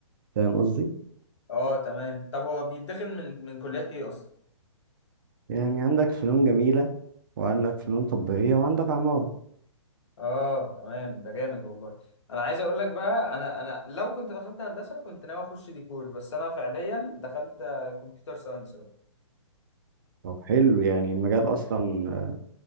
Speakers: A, on the right; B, on the left.
A: فاهم قصدي
B: اه تمام طب هو بيتدخل من من كليات ايه اصلا
A: يعني عندك فنون جميلة وعندك فنون تطبيقية وعندك عمارة
B: اه تمام ده جامد والله انا عايز اقول لك بقى انا انا لو كنت دخلت هندسه كنت ناوي اخش ديكور بس انا فعليا دخلت كمبيوتر ساينس بقى
A: طب حلو يعني المجال اصلا